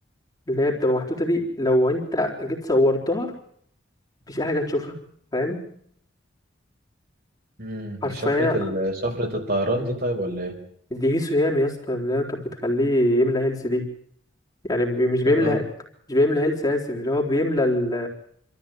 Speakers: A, on the left; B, on the right.
A: اللي هي بتبقى محطوطه دي لو انت جيت صورتها مفيش اي حاجه تشوفها فاهم
B: مم.
A: حرفيا
B: دي شفرة ال... شفرة الطيران دي طيب ولا ايه؟
A: دي هيسو هيام يا اسطى اللي هي كانت بتخليه يملى هيلث دي يعني بي...
B: <laughs>
A: مش بيملى
B: اه
A: مش بيملى هيلث اسف اللي هو بيملى ال...